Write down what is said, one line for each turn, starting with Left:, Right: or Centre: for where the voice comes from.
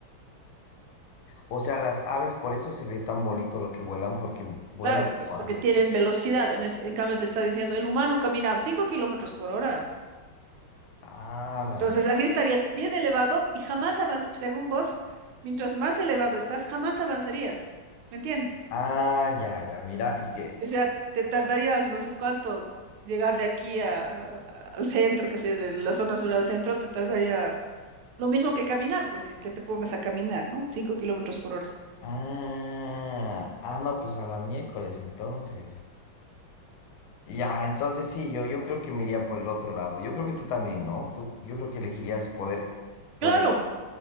Left: O sea, las aves, por eso se ve tan bonito lo que vuelan, porque vuelan
Right: claro, pues,
Left: como
Right: porque
Left: haces.
Right: tienen velocidad. En, este- en cambio te está diciendo, el humano camina a 5 kilómetros por hora.
Left: Ah,
Right: Entonces
Left: la-
Right: así estarías bien elevado y jamás avanzas, según vos, mientras más elevado estás, jamás avanzarías. ¿Me entiendes?
Left: ah, ya, ya, mira, es que.
Right: O sea, te tardarías no sé cuánto llegar de aquí a, a- al centro, que sé, de la zona sur al centro, te tardaría lo mismo que caminar, pues que, que te pongas a caminar, ¿no? Cinco kilómetros por hora.
Left: Ah, ah, no, pues a la miércoles entonces. Ya, entonces sí, yo, yo creo que me iría por el otro lado. Yo creo que tú también, ¿no? Tú, yo creo que elegirías poder, poder,
Right: Claro,